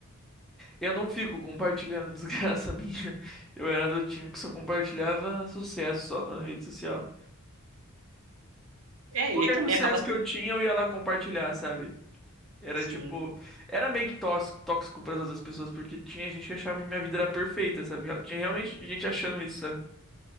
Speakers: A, in the centre; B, on the right.
A: Eu não fico compartilhando <laughs> desgraça minha. Eu era do time que só compartilhava sucesso só na rede social.
B: É,
A: Qualquer
B: e também
A: sucesso
B: acaba sendo.
A: que eu tinha, eu ia lá compartilhar, sabe? Era
B: Sim,
A: tipo. Era meio que tóxico, tóxico pras outras pessoas, porque tinha gente que achava que minha vida era perfeita, sabe? Tinha realmente gente achando isso, sabe?